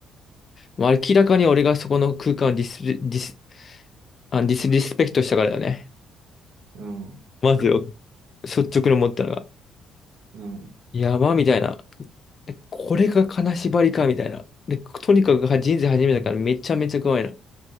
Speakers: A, on the left; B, on the right.
A: もう明らかに俺がそこの空間をディス、ディス、あ、ディスリスペクトしたからだよね。
B: うん、
A: まずよ、率直に思ったのが。
B: うん、うん、
A: やば、みたいな。えこれが金縛りか、みたいな。で、とにかく人生初めてだからめちゃめちゃ怖いな。